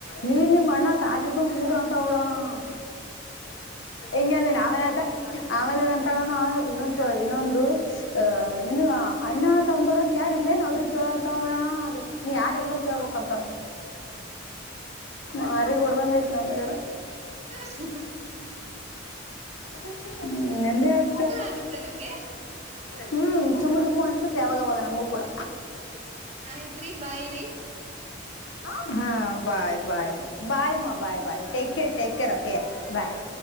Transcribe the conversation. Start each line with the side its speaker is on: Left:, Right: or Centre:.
Left: ನೀನ್ ನಿ್ ಅಣ್ಣ ತಾಟಿಡ್ಕೊಂಡ್ ಕೂಡ್ರ ಅಂತ ನೋಡೋಣ. ಹೌದು ಹಂಗಂದ್ರೆ ನ ಅವನತ. ಆಮೇಲೆ ಅಂತೋಣ ಇನ್ನೊಂದುಸ ಇನ್ನೊಂದು ಅಹ ನಿನ್ ಅಣ್ಣ ತಮವರಂತ ಯಾರ ಇಲ್ಲೇನ್ ಅವ್ರಿಗೆ ಅಂತ ನೋಡೋಣ ಅದ ನೀ ಯಾರ ಇಲ್ಲಂತ. ಹೇಳ್ಬಬೇಕ ಅಂತ. ಮಾರ ಕೊಡ್ಬಂಗಐ. ನನಗರ.
Right: ಹ
Left: ಅಪ್ಪ ಹ್ಮ ನೆ ಹ
Right: ಆಗುತ್ತಾ ನಿಮ್ಗೆ
Left: ಹ್ಮ್ ಚುಮ ಚುಮು ಅನ್ಸುತ್ತೆ ಯಾವಾಗ ಅವಾಗ ನಮ್ಗೂ ಕೂಡ
Right: ಆಯದ್ರಿ ಬಾಯ್ರರಿ.
Left: ಹಾ. ಹಾ ಬಾಯ್ ಬಾಯ್. ಬಾಯ್ ಬಾಯ್ ಬಾಯ್ರ್ ಓಕೆ ಬಾಯ್.